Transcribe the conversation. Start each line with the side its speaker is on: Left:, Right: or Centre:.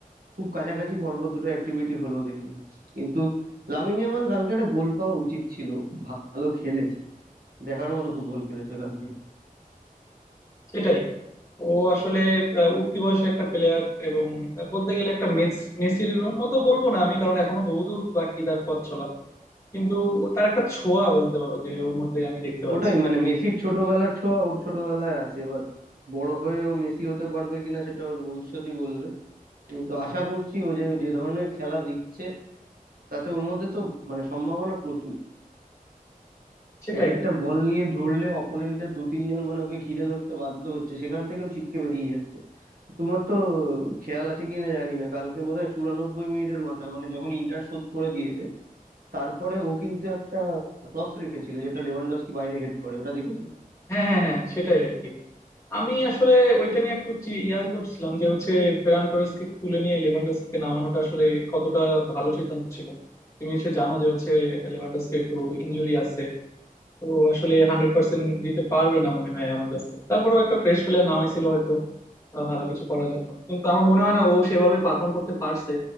Right: খুব কাছাকাছি পরপর দুটো অ্যাক্টিভিটি হলো দেখলাম কিন্তু লামিন ইয়ামাল কালকে একটা গোল পাওয়া উচিত ছিল খুব ভালো খেলেছে দেখার মতো ফুটবল খেলেছে কালকে
Left: সেটাই ও আসলে আহ, উঠতি বয়সে একটা প্লেয়ার এবং আহ, বলতে গেলে একটা মেস- মেসির মতো বলবো না আমি কারণ এখনো বহুদূর বাকি তার পথ চলা কিন্তু তার একটা ছোঁয়া বলতে পারো যে ওর মধ্যে আমি দেখতে পাচ্ছি
Right: ওটাই মানে মেসির ছোটবেলার ছোঁয়া ওর ছোটবেলায় আছে এবার বড় হয়ে ও মেসি হতে পারবে কিনা সেটা ওর ভবিষ্যতই বলবে কিন্তু আশা করছি ও যে যে ধরনের খেলা দিচ্ছে তাতে ওর মধ্যে তো মানে সম্ভাবনা প্রচুর
Left: সেটাই
Right: এক একটা বল নিয়ে ধরলে অপোনেন্টের দু তিনজন মানে ওকে ঘিরে ধরতে বাধ্য হচ্ছে সেখান থেকেও ছিটকে বেরিয়ে যাচ্ছে তোমার তো খেয়াল আছে কিনা জানি না কালকে বোধহয় চুরানব্বই মিনিটের মাথায় মানে যখন ইন্টার শোধ করে দিয়েছে তারপরে ও কিন্তু একটা ক্রস রেখেছিল যেটা লেভানডস্কি বাইরে হেড করে ওটা দেখেছো
Left: হ্যাঁ হ্যাঁ হ্যাঁ সেটাই আর কি আমি আসলে ওইটা নিয়ে একটু চি- ইয়া করছিলাম যে হচ্ছে ফেরান টোরেসকে তুলে নিয়ে লেভানডস্কিকে নামানোটা আসলে কতটা ভালো সিদ্ধান্ত ছিল তুমি নিশ্চয়ই জানো যে হচ্ছে লেভানডস্কি একটু ইনজুরি আছে তো আসলে হান্ড্রেড পার্সেন্ট দিতে পারবে না মনে হয় আমার কাছে তারপরেও একটা ফ্রেশ প্লেয়ার নামাইছিল হয়তো আহ, ভালো কিছু করার জন্য কিন্তু আমার মনে হয় না ও সেভাবে পারফর্ম করতে পারছে